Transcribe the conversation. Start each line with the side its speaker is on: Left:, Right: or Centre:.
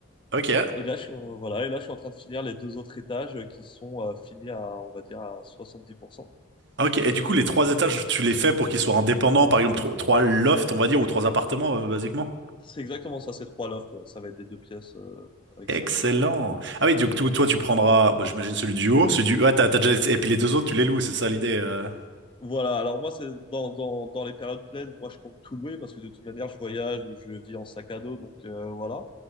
Right: Ok.
Left: Et là, je suis, en- voilà, et là, je suis en train de finir les deux autres étages euh, qui sont euh, finis à, on va dire, à 70%.
Right: Ok. Et du coup, les trois étages, tu les fais pour qu'ils soient indépendants, par exemple, tro- trois lofts, on va dire, ou trois appartements, euh, basiquement.
Left: C'est exactement ça, c'est trois lofts, ouais. Ça va être des deux pièces euh, avec
Right: Excellent.
Left: salle d'eau.
Right: Ah oui, du coup, toi, tu prendras, bah, j'imagine celui du haut, celui du, ah t'as, t'as déjà, et puis les deux autres, tu les loues, c'est ça l'idée, euh...
Left: Voilà, alors moi, c'est dans, dans, dans les périodes pleines, moi, je compte tout louer parce que de toute manière, je voyage ou je vis en sac à dos, donc euh, voilà.